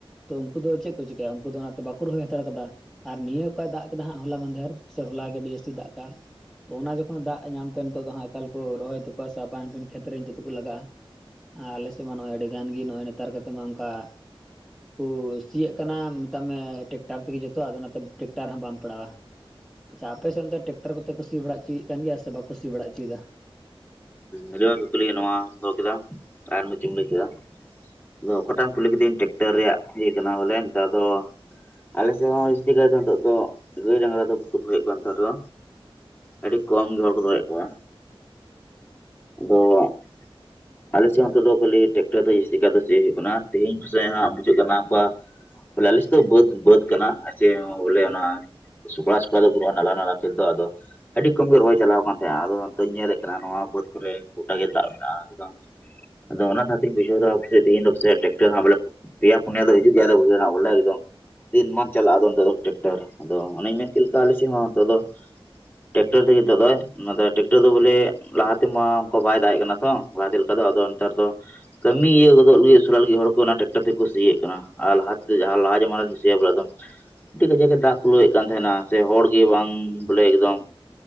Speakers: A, in the centre; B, on the left (about 20°).
A: ᱛᱚ ᱩᱱᱠᱩ ᱫᱚ ᱪᱮᱫ ᱠᱚ ᱪᱤᱠᱟᱹᱭᱟ ᱩᱱᱠᱩ ᱫᱚ ᱚᱱᱟᱛᱮ ᱵᱟᱠᱚ ᱨᱚᱦᱚᱭ ᱦᱟᱛᱟᱲ ᱠᱟᱫᱟ᱾ ᱟᱨ ᱱᱤᱭᱟᱹ ᱚᱠᱟᱭ ᱫᱟᱜ ᱠᱮᱫᱟ ᱦᱟᱸᱜ ᱦᱚᱞᱟ ᱢᱟᱫᱮᱨ ᱥᱮ ᱦᱚᱞᱟ ᱜᱮ ᱟᱹᱰᱤ ᱡᱟᱹᱥᱛᱤ ᱫᱟᱜ ᱠᱟᱜᱼᱟ ᱛᱚ ᱚᱱᱟ ᱡᱚᱠᱷᱚᱱ ᱫᱟᱜ ᱧᱟᱢᱛᱮ ᱱᱤᱛᱚᱜ ᱫᱚ ᱦᱟᱜ ᱮᱠᱟᱞ ᱠᱚ ᱨᱚᱦᱚᱭ ᱛᱟᱠᱚᱣᱟ ᱥᱮ ᱟᱯᱟᱱᱯᱤᱱ ᱠᱷᱮᱛᱨᱮ ᱱᱤᱛᱚᱜ ᱫᱚᱠᱚ ᱞᱟᱜᱟᱜᱼᱟ ᱟ ᱟᱞᱮᱥᱮᱫ ᱢᱟ ᱱᱚᱜᱼᱚᱭ ᱟᱹᱰᱤ ᱜᱟᱱ ᱜᱮ ᱱᱚᱜᱼᱚᱭ ᱱᱮᱛᱟᱨ ᱠᱟᱛᱮᱫ ᱢᱟ ᱚᱱᱠᱟ ᱠᱚ ᱥᱤᱭᱟᱜ ᱠᱟᱱᱟ ᱢᱮᱛᱟᱜ ᱢᱮ ᱴᱮᱠᱴᱟᱨ ᱛᱮᱜᱮ ᱡᱚᱛᱚ ᱟᱫᱚ ᱚᱱᱟᱛᱮ ᱴᱮᱠᱴᱟᱨ ᱦᱚᱸ ᱵᱟᱢ ᱯᱟᱲᱟᱣᱟ ᱟᱪᱪᱷᱟ ᱟᱯᱮᱫ ᱚᱱᱛᱮ ᱴᱮᱠᱴᱟᱨ ᱠᱚᱛᱮ ᱠᱚ ᱥᱤ ᱵᱟᱲᱟ ᱚᱪᱚᱭᱮᱫ ᱜᱮᱭᱟ ᱥᱮ ᱵᱟᱠᱚ ᱥᱤ ᱵᱟᱲᱟ ᱚᱪᱚᱭᱮᱫᱟ᱾
B: ᱟᱹᱰᱤᱢᱟᱝ ᱠᱩᱠᱞᱤᱭ ᱱᱚᱶᱟ ᱫᱚᱦᱚ ᱠᱮᱫᱟᱢ ᱟᱨ ᱢᱚᱸᱪ ᱮᱢ ᱞᱟᱹᱭ ᱠᱮᱫᱟ ᱫᱚ ᱚᱠᱟᱴᱟᱜ ᱮᱢ ᱠᱩᱞᱤ ᱠᱤᱫᱤᱧ ᱴᱮᱠᱴᱚᱨ ᱨᱮᱭᱟᱜ ᱤᱭᱟᱹ ᱠᱟᱱᱟ ᱵᱚᱞᱮ ᱱᱮᱛᱟ ᱫᱚ ᱟᱞᱮᱥᱮᱫ ᱦᱚᱸ ᱡᱟᱹᱥᱛᱤ ᱠᱟᱭ ᱫᱚ ᱱᱤᱛᱚᱜ ᱫᱚ ᱜᱟᱹᱭ ᱰᱟᱝᱨᱟ ᱫᱚ ᱵᱟᱠᱚ ᱫᱚᱦᱚᱭᱮᱫ ᱠᱚᱣᱟ ᱱᱮᱛᱟᱨ ᱫᱚ ᱟᱹᱰᱤ ᱠᱚᱢ ᱜᱮ ᱦᱚᱲ ᱠᱚ ᱫᱚᱦᱚᱭᱮᱫ ᱠᱚᱣᱟ᱾ ᱟᱫᱚ ᱟᱞᱮᱮᱥᱮᱫ ᱟᱴᱚ ᱱᱛᱮ ᱫᱚ ᱠᱷᱟᱹᱞᱤ ᱴᱠᱴᱟᱨ ᱫᱚ ᱡᱟᱹᱛᱤ ᱠᱟᱜ ᱫᱚ ᱪ ᱦ ᱦᱩᱭᱩᱜ ᱠᱟᱱᱟ ᱛ ᱛᱮᱦᱮᱧ ᱵᱩᱡᱷᱟᱹᱜ ᱠᱟᱱᱟ ᱠᱟ᱾ ᱵᱚᱞᱮ ᱟᱞᱮᱥᱮᱫ ᱫᱚ ᱵᱟᱹᱫᱽ ᱵᱟᱹᱫᱽ ᱠᱟᱱᱟ ᱵᱚᱞᱮ ᱚᱱᱟ ᱥᱩᱠᱲᱟ ᱥᱩᱠᱲᱟ ᱫᱚ ᱵᱩᱨᱩᱜᱼᱟ ᱱᱟᱞ ᱱᱟ ᱠᱷᱮᱞ ᱫᱚ ᱟᱫᱚ ᱟᱹᱰᱤ ᱠᱚᱢ ᱜᱮ ᱨᱚᱦᱚᱭ ᱪᱟᱞᱟᱣ ᱠᱟᱱ ᱛᱟᱦᱮᱸ-ᱟ ᱟᱫᱚ ᱚᱱᱛᱮᱧ ᱧᱮᱞᱮᱫ ᱠᱟᱱᱟ ᱱᱚᱣᱟ ᱵᱟᱹᱫ ᱠᱚᱨᱮ ᱜᱚᱴᱟᱜ ᱜᱮ ᱫᱟᱜ ᱢᱮᱱᱟᱜᱼᱟ ᱵᱟᱝ ᱟᱫᱚ ᱚᱱᱟ ᱫᱷᱟᱣ ᱛᱮ ᱵᱩᱡᱷᱟ. ᱣ ᱫᱟ ᱯᱟᱥᱮᱫ ᱴᱟᱠᱴᱟᱨ ᱦᱟᱜ ᱯᱮᱭᱟ ᱯᱩᱱᱭᱟ ᱫᱚ ᱦᱤᱡᱩᱜ ᱜᱮᱭᱟ <unintelligible> ᱵᱚᱞᱮ ᱮᱠᱫᱚᱢ ᱫᱤᱱ ᱢᱟᱢ ᱪᱟᱞᱟᱜᱼᱟ ᱟᱫᱚ ᱱᱤᱛ ᱫᱚ ᱴᱮᱠᱴᱟᱨ ᱟᱫᱚ ᱚᱱᱮᱧ ᱢᱮᱱ ᱠᱮᱫ ᱞᱮᱠᱟ ᱟᱞᱮᱥᱮᱫ ᱦᱚᱸ ᱱᱤᱛᱚᱜ ᱫᱚ ᱴᱠᱴᱟᱨ ᱛᱮᱚᱜ ᱫᱚᱮᱠᱴᱟᱨ ᱫᱚ ᱵᱚᱞᱮ ᱞᱟᱦᱟᱛᱮ ᱢᱟ ᱚᱱᱠᱟ ᱵᱟᱭ ᱫᱟᱜ ᱮᱫ ᱠᱟᱱᱟ ᱛᱚ ᱞᱟᱦᱟᱛᱮ ᱞᱮᱠᱟ ᱫᱚ ᱟᱫᱚ ᱱᱮᱛᱟᱨ ᱫᱚ ᱠᱟᱹᱢᱤ ᱤᱭᱟᱹ ᱜᱚᱫᱚᱜ ᱞᱟᱹᱜᱤᱫ ᱩᱥᱟᱹᱨᱟᱜ ᱞᱟᱹᱜᱤᱫ ᱦᱚᱲ ᱠᱚ ᱚᱱᱟ ᱴᱮᱨᱟᱠᱴᱟᱨ ᱛᱮᱠᱚ ᱥᱤᱭᱮᱫ ᱠᱟᱱᱟ ᱟᱨ ᱞᱟᱦᱟ ᱛᱮᱫᱚ <unintelligible> ᱢᱤᱫᱴᱟᱝᱠᱟᱡᱟᱠᱮ ᱫᱟᱜ ᱠᱷᱩᱞᱟᱹᱣ ᱮᱮᱫ ᱠᱟᱱ ᱛᱟᱦᱮᱱᱟ ᱥᱮ ᱦᱚᱲᱜᱮ ᱵᱟᱝ ᱵᱚᱞᱮ ᱮᱠᱫᱚᱢ